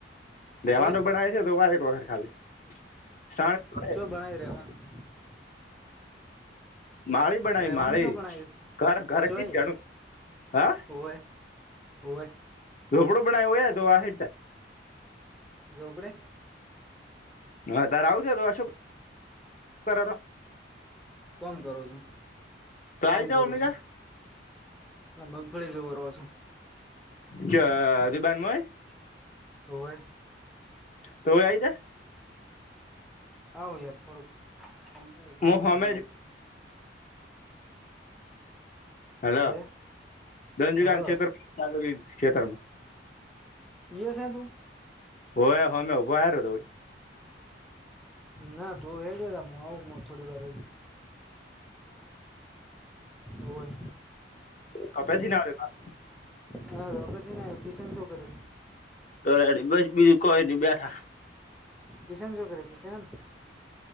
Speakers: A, on the left; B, in the centre.
A: રહેેવાનું
B: ચોય
A: બણાય છે તો વા એક એક વખર ખાલી સાણી
B: જો ભણાવ રહ્યા હ- -
A: માળી બનાવી
B: રેવાનું
A: માળી
B: જો ભણાય
A: ઘર ઘર
B: જોય
A: કી જાણું હા
B: હોવે હોવે.
A: રોપડો બનાવ હો તો આહેડ
B: જોપડે- -
A: હા તાર આવુંજ તો અશોક કર
B: કોમ કરો છું
A: તો આવી
B: કોમ
A: જાઓ
B: કરો
A: અમની
B: છું? ના મગફળી જવું રહો છું.
A: જ રબનમાંય- -
B: હો હોવે
A: તો આઈજા
B: <unintelligible>
A: હ
B: પટાઈને
A: હમે
B: આવું
A: જ હલો
B: હે
A: ધંજીુગ
B: હ
A: ક્ષેત્રરી ક્ષેત્રમાં
B: પીએ છે તું
A: ઓ હ મેં ઉભોા્યો હતો
B: ના તું હે ગ હું આવું થોડી વાર હોય
A: હ કપેથી ના આવેમાં
B: હા હવેધીને એજ્યુકેશન શું કરે
A: તો બસ બીજું કોઈ નહી બેઠા
B: કિશન કરે કિશન